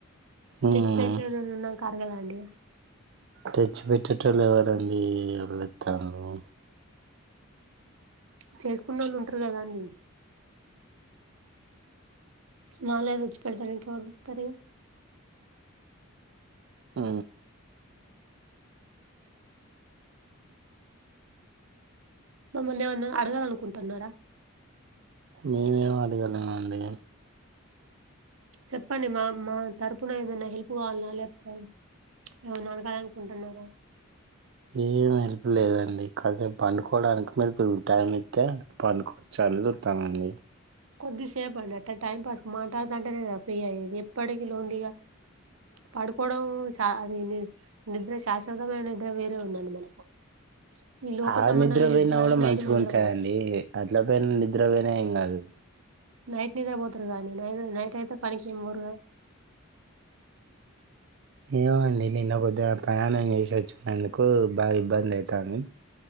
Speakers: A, on the right; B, on the right.
A: ఉమ్
B: తెచ్చిపెట రోజులు ఉన్నాం కారు కదా అండి
A: తెచ్చి పెట్టేటళ్ళు ఎవరండిళ్ళె తనులు
B: చేసుకున్న వాళ్ళు ఉంటారు కదా అండి మాళ్ళ ఏద వచ్చి పెెడతారు ఇంక వావళతారు ఇ
A: ఆ
B: మమ్మల్ని ఏమన్నా అడగాలనుకుంటున్నారా
A: మేమేం అడగలిము అండి
B: చెప్పండి మా మా తరపున ఏదన్నా హెల్ప్ కావాలన్నా లేపోతా ఏమైనా అడగానుకుంటున్నార
A: ఏం ఎలుపు లేదండి కాసేపు పండుకోవడానికి మిరు టైం అయితే పండుకోవచ్చాల న్న చూతానండి
B: కొద్దిసేపుండి అట్ట టైం పాస్ మాట్లాడుదంటేనేద ఫ్రీ అయ్యేది ఎప్పటికిీ లోందిగా పడుకోవడం అది ని నిద్ర శాశ్వతమైన నిద్ర వేరే ఉందండి మనకు ఈ లోక
A: ఆ
B: సంబంధమైన
A: నిద్రపోవిన్న
B: నిద్ర
A: కూడా
B: నైట్
A: మంచిగా
B: నిద్ర
A: ఉంటాయి
B: పోవాలి
A: అండి అట్లా పోయిన నిద్రపోయినా ఏం కాదు
B: నైట్ నిద్ర పోతురుగా నై నైట్ అయితే పనికి పోరుగా
A: ఏమండి నిన్న కొద్దిగా ప్రయాణం చేసొచ్చుకునేందుకు బాగా ఇబ్బంది అవుతంది